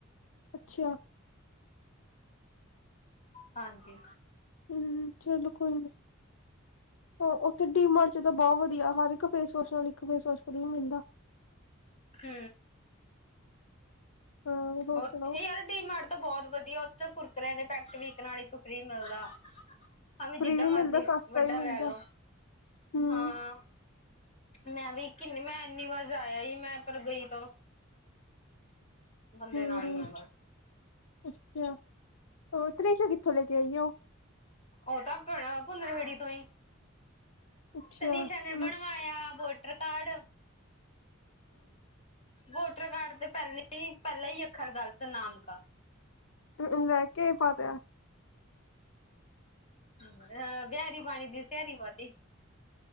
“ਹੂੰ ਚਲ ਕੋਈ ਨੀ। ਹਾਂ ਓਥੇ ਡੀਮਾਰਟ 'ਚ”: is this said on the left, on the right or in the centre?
Left